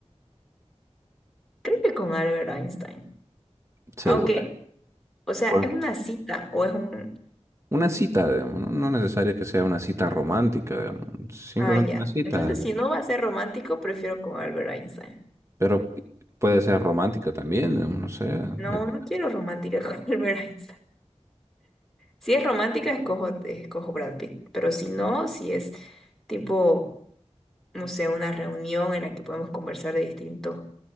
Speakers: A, in the centre; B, on the right.
A: creo que con Albert Einstein.
B: ¿Segura?
A: Aunque, o sea,
B: Por
A: es una cita o es un...
B: una cita, digamos, no, no necesario que sea una cita romántica, digamos, Simplemente
A: Ah, ya.
B: una cita,
A: Entonces, si no va a ser romántico, prefiero con Albert Einstein.
B: pero pi- puede ser romántica también, digamos, no sé,
A: No,
B: depende.
A: no quiero romántica con <laughs> Albert Einstein. Si es romántica, escojo, escojo Brad Pitt. Pero si no, si es tipo, no sé, una reunión en la que podemos conversar de distintos